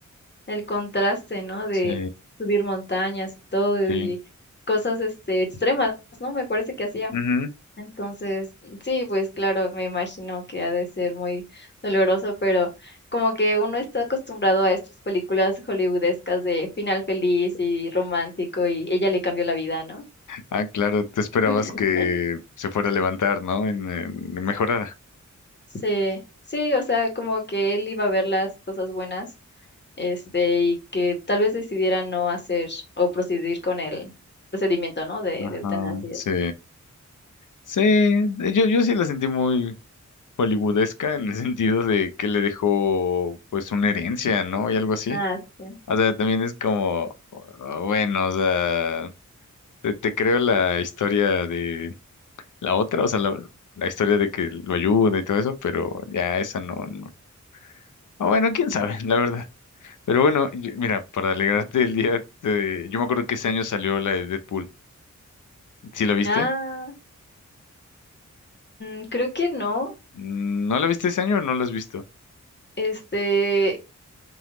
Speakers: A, on the left; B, on the left.
A: el contraste, ¿no? De
B: Sí,
A: subir montañas y todo
B: sí.
A: y cosas este extremas, ¿no? Me parece que hacía.
B: Ujú.
A: Entonces, sí, pues claro, me imagino que ha de ser muy doloroso, pero como que uno está acostumbrado a estas películas hollywoodescas de final feliz y romántico y ella le cambió la vida, ¿no?
B: Ah, claro, te esperabas
A: <laughs>
B: que se fuera a levantar, ¿no? En, en- mejorara.
A: Sí, sí, o sea, como que él iba a ver las cosas buenas, este, y que tal vez decidiera no hacer o proceder con el procedimiento, ¿no? De,
B: Ajá,
A: de eutanasia.
B: sí. Sí, yo, yo sí la sentí muy hollywoodesca en el <laughs> sentido de que le dejó pues una herencia, ¿no? Y algo así.
A: Ah, sí.
B: O sea, también es como, uh, bueno, o sea, te, te creo la historia de la otra, o sea, la, la historia de que lo ayuda y todo eso, pero ya esa no, no. O bueno,
A: Ujú.
B: quién sabe, <laughs> la verdad. Pero bueno, y- mira, para alegrarte el día, te- yo me acuerdo que ese año salió la de Deadpool. ¿Sí la viste?
A: Ah, mm, creo que no.
B: Mm, ¿No la viste ese año o no la has visto?
A: Este,